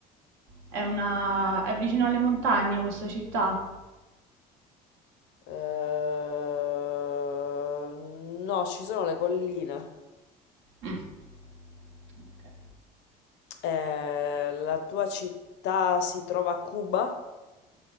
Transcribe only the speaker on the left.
Eh, no, ci sono le colline.
Eh, la tua città si trova a Cuba?